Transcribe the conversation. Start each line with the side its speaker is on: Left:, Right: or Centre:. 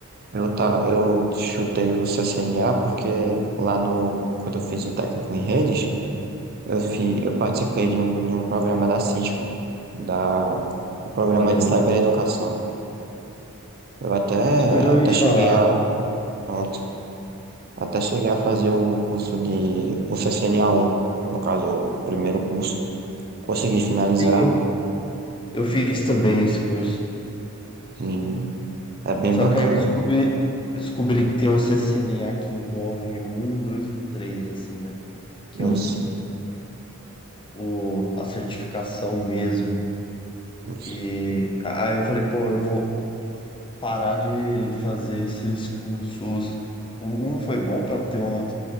Right: Eu, tá, eu chutei o CCNA porque lá no, quando eu fiz o técnico em redes, Eu, fi, eu participei de um, de um programa da Cisco, da, o programa
Left: Maneiro.
Right: de cibereducação. Eu até,
Left: Isso que eu já ouvi
Right: até
Left: falar.
Right: cheguei a, pronto, até cheguei a fazer o curso de, o ccna um no caso, o primeiro curso. Consegui finalizar
Left: Sim, eu, eu fiz também esse curso.
Right: e é bem
Left: Só
Right: bacana.
Left: que aí eu descobri, eu descobri que tem um CCNA que envolve o um, o 2 e o 3, assim, né? Que é os,
Right: Isso,
Left: o, a certificação mesmo.
Right: isso,
Left: E aí eu falei, pô, eu vou parar de fazer esses cursos. O um foi bom para ter uma